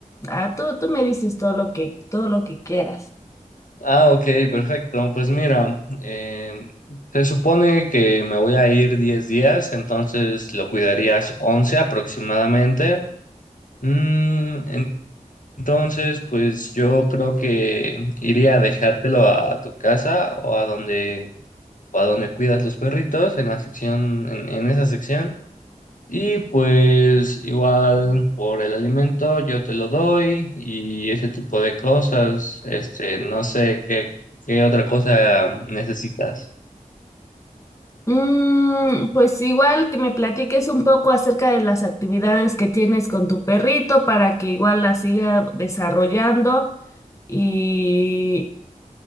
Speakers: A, on the left; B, on the left.
A: Ah, tú, tú me dices todo lo que, todo lo que quieras.
B: Ah, ok, perfecto. Pues mira, em, se supone que me voy a ir 10 días, entonces lo cuidarías 11 aproximadamente. Mm, en- entonces, pues yo creo que iría a dejártelo a tu casa o a donde, o a donde cuidas los perritos, en la sección, en en esa sección. Y pues igual por el alimento yo te lo doy y ese tipo de cosas. Este, no sé qué, qué otra cosa necesitas.
A: Mm, pues igual que me platiques un poco acerca de las actividades que tienes con tu perrito para que igual la siga desarrollando y,